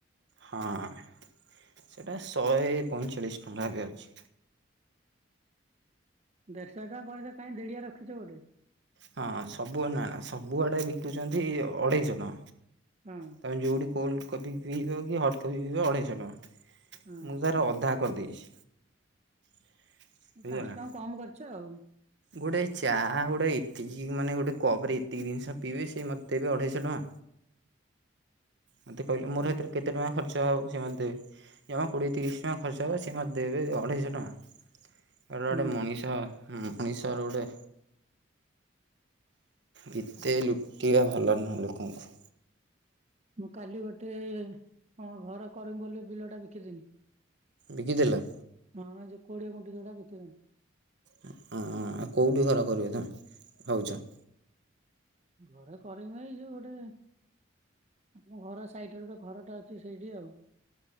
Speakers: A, on the right (about 60°); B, on the right (about 35°).
A: ହଁ, ସେଟା ଶହେ ପଇଁଚାଳିଶ। ଠୁଙ୍ଗା ବି ଅଚି।
B: ଦେଢ଼ଶହ ଟଙ୍କା କରି ତେ କାଇଁ ଦେଡିଆ ରଖିଛ ଗୋଟେ।
A: ହଁ ସବୁଆ। ନା ନା ସବୁଆଡେ ବିକୁଚନ୍ତି ଅଢେଇଶ ଟଙ୍କା।
B: ହଁ
A: ତମେ ଯୁଠ କୋଲ୍ଡ଼ କପି ପିଇବ କି ହଟ୍ କଫି ପିଁଇବ ଅଢ଼େଇଶହ ଟଙ୍କା।
B: ହଁ
A: ମୁଁ ତାର ଅଧା କରି ଦେଇଚି। <unintelligible>
B: ପାଞ୍ଚ
A: ନା, <unintelligible>
B: ଟଙ୍କା କମ କରିଛ ଆଉ
A: ଗୋଟେ ଚାହା ଗୋଟେ ଏ ଟି ମାନେ ଗୋଟେ କପ ରେ ଏତିକି ଦିଅ ସ ପିଇବେ ସେ ମତେ ଦେବେ ଅଢେଇଶଅ ଟଙ୍କା। ମୋତେ କହିଲେ ମୋର
B: ହଁ
A: ଏଥିରେ କେତେ ଟଙ୍କା ଖର୍ଚ୍ଚ ହବ? <unintelligible> ସେ ଜମା କୋଡ଼ିଏ ତିରିଶ ଟଙ୍କା ଖର୍ଚ୍ଚ ହେବ ସେମାନ ଦେବେ ଅଢ଼େଇଶହ ଟଙ୍କା! ଏଟା ଗୋଟେ
B: ହୁଁ
A: ମଣିଷ, ହ, ଉଣେଇଶଶହ ରୋଡ଼େ କେତେ
B: ହଉ
A: ଲୁକିବା ଭା ଭଲ ନାଁ ଲୋକଙ୍କୁ,
B: ମୁଁ କାଲି ଗୋଟେ ମୋ ଘର କରିମ ବୋଲି ବିଲ ଟା ବିକିଦିଲି।
A: ବିକିଦେଲ?
B: ହଁ, ଏ ଯୋ କୋଡ଼ିଏ ଭଙ୍ଗି ଯଉଟା ବିକିଦେଲି।
A: ହ, ଆଉ କଉଠି ଘର କରିବେ ତମେ ଭାଉଚ?
B: ଘରେ କରିମି ଏଇ ଯୋଉ ଗୋଟେ ଆମ ଘର ସାଇଟରେ ଗୋଟେ ଘରଟା ଅଛି ସେଇଠି ଆଉ।